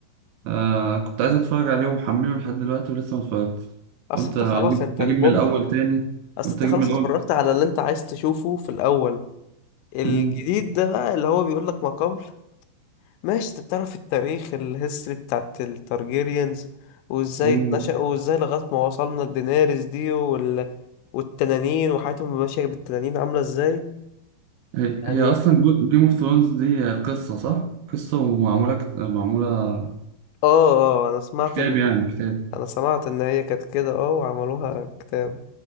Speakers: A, on the right; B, on the left.
A: آه كنت عايز اتفرج عليه ومحمله لحد دلوقتي ولسه ما اتفرجتش
B: اصل
A: قلت
B: انت
A: اجيب
B: خلاص انت
A: اجيب
B: البوب
A: من الأول تاني
B: اصل
A: قلت
B: انت
A: اجيب
B: خلاص
A: من الأول
B: اتفرجت على اللي انت عايز تشوفه في الاول الجديد
A: مم.
B: ده بقى اللي هو بيقول لك ما قبل ماشي انت بتعرف التاريخ الهيستوري بتاعت التارجيريانز وازاي
A: مم.
B: اتنشأوا وازاي لغاية ما وصلنا لدينيريس دي وال... والتنانين وحياتهم ماشية بالتنانين عاملة ازاي
A: هي
B: يعني
A: هي اصلا جيم اوف ثرونز دي قصة صح؟ قصة ومعمولة معمولة
B: اه اه انا سمعت
A: كتاب
B: ان
A: يعني كتاب
B: انا سمعت ان هي كانت كده اه وعملوها كتاب